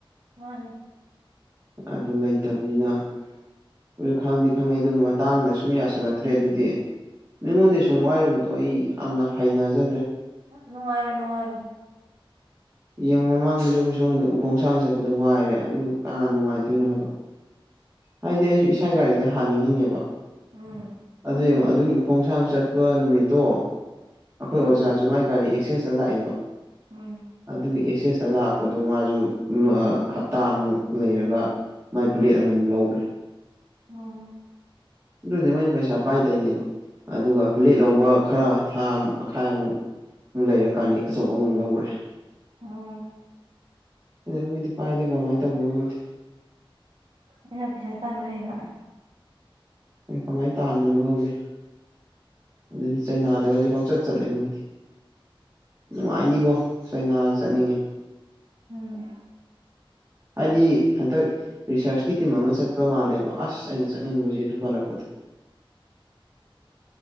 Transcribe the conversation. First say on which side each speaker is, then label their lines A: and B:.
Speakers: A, on the right (about 85°); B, on the right (about 30°).
A: ꯃꯥꯅꯤ
B: ꯑꯗꯨ ꯂꯩꯇꯕꯅꯤꯅ ꯍꯧꯁꯨ ꯈꯪꯗꯦ ꯈꯪꯉꯦ ꯑꯗꯨꯒꯕ ꯇꯥꯡꯅ ꯁꯨꯝ ꯌꯥꯁꯜꯂꯛꯇ꯭ꯔꯦ ꯑꯗꯨꯗꯤ ꯃꯤꯉꯣꯟꯗꯒꯤ
A: ꯎꯝ
B: ꯁꯨꯝ ꯋꯥꯏꯔꯨꯕꯗꯣ ꯑꯩ ꯌꯥꯝꯝꯅ ꯍ ꯍꯥꯏꯩꯅꯖꯦ
A: ꯅꯅꯨꯡꯥꯏꯔ ꯅꯅꯨꯡꯥꯏꯔ ꯄꯨ
B: ꯌꯦꯡꯉ ꯃꯃꯥꯡꯗꯁꯨ ꯀꯈꯣꯏ ꯁꯣꯝꯗ ꯎꯈꯣꯡ ꯁꯥꯡ ꯆꯠꯄꯗꯣ ꯋꯥꯏꯔꯦ ꯑꯗꯨ ꯀꯅꯥ ꯅꯨꯡꯉꯥꯏꯗꯣꯏꯅꯣ ꯍꯥꯏꯕ ꯍꯥꯏꯗꯤ ꯍꯥꯏ ꯃꯥꯏ ꯒꯥꯔꯤꯗ ꯍꯥꯡꯅꯤꯡꯉꯤꯅꯦꯕ
A: ꯎꯝ
B: ꯑꯗꯨꯗꯤꯃꯥ ꯑꯗꯨꯒꯤ ꯎꯈꯣꯡꯁꯥꯡ ꯆꯠꯄ ꯅꯨꯃꯤꯠꯇꯣ ꯑꯈꯣꯏ
A: ꯎꯝ
B: ꯑꯣꯖꯥꯁꯨ ꯃꯥꯏ ꯒꯥꯔꯤ ꯑꯦꯛꯁꯦꯁꯇ ꯂꯥꯛꯑꯦꯕ
A: ꯎꯝ
B: ꯑꯗꯨꯒꯤ ꯁꯦꯁ ꯂꯥꯛꯄꯗ ꯃꯥꯁꯨ ꯍꯞꯇꯥ ꯑꯃꯨꯛ ꯂꯩꯔꯒ ꯃꯥꯏ ꯕꯨꯂꯦꯠ ꯑꯃ ꯑꯗꯨꯝ ꯂꯧ
A: ꯑꯣ
B: ꯑꯗꯨꯗꯤ ꯃꯣꯏꯅ ꯄꯩꯁꯥ ꯄꯥꯏ ꯇꯧꯋꯤꯅꯦꯕ ꯑꯗꯨꯒ ꯕꯨꯂꯦꯠ ꯂꯧꯕ ꯈꯔ ꯊꯥ ꯃꯈꯥꯏ ꯑꯃꯨꯛ ꯂꯩꯔ ꯀꯥꯔꯤ ꯑꯆꯧꯕ ꯑꯃ ꯂꯧꯒ꯭ꯔꯦ
A: ꯑꯝ
B: ꯑꯗꯨꯅ ꯃꯣꯏꯗꯤ ꯄꯥꯏꯗ ꯀꯃꯥꯏꯅ ꯇꯧꯕꯅꯣ ꯈꯪꯗꯦ
A: ꯑꯩꯅ ꯄꯩꯁꯥ ꯇꯥꯟꯕ ꯍꯩꯕ
B: ꯑꯩ ꯀꯃꯥꯏꯅ ꯇꯥꯟꯕꯅꯣ ꯈꯪꯗꯦ ꯑꯗꯨꯗꯤ ꯆꯩꯅꯥꯗꯒꯁꯨ ꯄꯪꯆꯠ ꯆꯠꯂꯦ ꯃꯣꯏꯗꯤ ꯅꯨꯡꯉꯥꯏꯅꯤꯕꯣ ꯆꯩꯅꯥ ꯆꯠꯅꯤꯡꯉꯦ
A: ꯎꯝ
B: ꯍꯥꯏꯗꯤ ꯍꯟꯇꯛ ꯔꯤꯁꯔꯁ ꯀꯤ ꯇꯤꯝ ꯑꯃ ꯆꯠꯄ ꯃꯥꯜꯂꯦ ꯑꯁ ꯑꯩꯅ ꯆꯠꯅꯤꯡꯕꯁꯦ ꯑꯗꯨ ꯄꯜꯂꯛꯄꯗ